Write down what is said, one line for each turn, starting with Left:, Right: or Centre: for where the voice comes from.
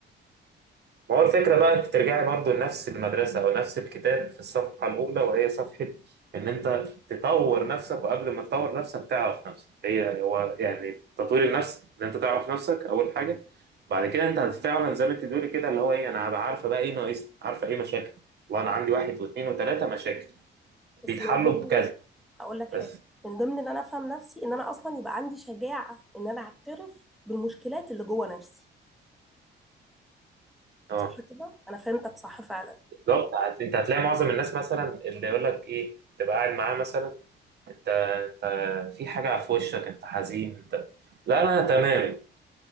Right: ما هو الفكرة بقى انت ترجعي برضو لنفس المدرسة او نفس الكتاب في الصفحة الاولى وهي صفحة ان انت تطور نفسك وقبل ما تطور نفسك تعرف نفسك هي هو يعني تطوير النفس ان انت تعرف نفسك اول حاجة بعد كده انت فعلا زي ما انت بتقولي كده اللي هو ايه انا هبقى عارفة بقى ايه ناقصني عارفة ايه مشاكل والله انا عندي واحد واثنين وثلاثة مشاكل
Centre: بس
Right: بيتحلوا
Centre: من ضمن
Right: بكذا
Centre: هقول لك حاجة
Right: بس
Centre: من ضمن ان انا افهم نفسي ان انا اصلا يبقى عندي شجاعة ان انا اعترف بالمشكلات اللي جوه نفسي
Right: اه
Centre: صح كده انا فهمتك صح فعلا
Right: بالظبط هت- انت هتلاقي معظم الناس مثلا اللي يقول لك ايه تبقى قاعد معاه مثلا انت انت في حاجة في وشك انت حزين انت لا لا انا تمام